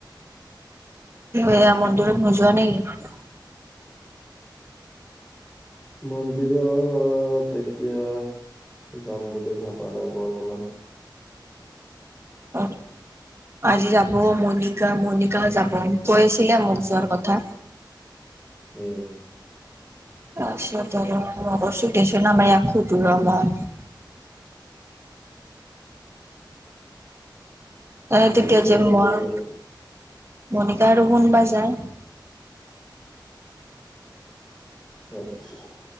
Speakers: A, on the right; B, in the centre.
A: এয়া মন্দিৰত নোযোৱা নেকি?
B: মন্দিৰত অহ তেতিয়া যাম বুলি ভবা নাই বৰ্তমান
A: হয় আজি যাব মনিকা মণিকাও যাব কৈছিলে মোক যোৱাৰ কথা <inaudible>
B: উম
A: <unintelligible> এ
B: মনিকা
A: তেতিয়া যে
B: আৰু
A: মই
B: কোন যাব?
A: মণিকা আৰু কোনবা যায়।
B: আচ্ছা